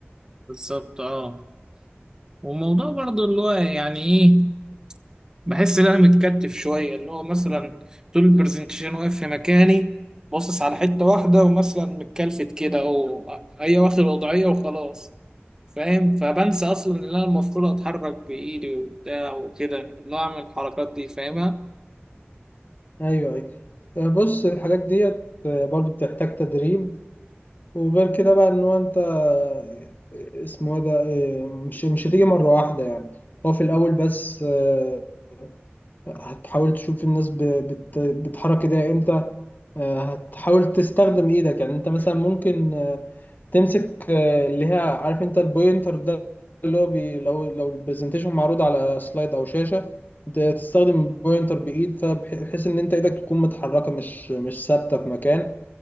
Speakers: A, on the right; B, on the left.
A: بالظبط اه والموضوع برضو اللي هو يعني ايه بحس ان انا متكتف شويه اللي هو مثلا طول البرزنتيشن واقف في مكاني باصص على حته واحده ومثلا متكلفت كده او هي واخد وضعيه وخلاص فاهم فبنسى اصلا ان انا المفروض اتحرك بايدي وبتاع وكده اللي هو اعمل الحركات دي فاهمها
B: ايوه ايوه آه، بص الحاجات ديت آه، برضو بتحتاج تدريب وغير كده بقى ان هو انت آه، اسمه إيه ده آه، مش مش هتيجي مرة واحدة يعني هو في الاول بس آه، هتحاول تشوف الناس ب- بت- بتحرك ايديها امتى آه، هتحاول تستخدم ايدك يعني انت مثلا ممكن آه، تمسك آه، اللي هي عارف انت البوينتر ده اللي هو بي لو لو البرزنتيشن معروض على سلايد او شاشة ت- تستخدم البوينتر بايد فبحيث ان انت ايدك تكون متحركة مش مش ثابتة في مكان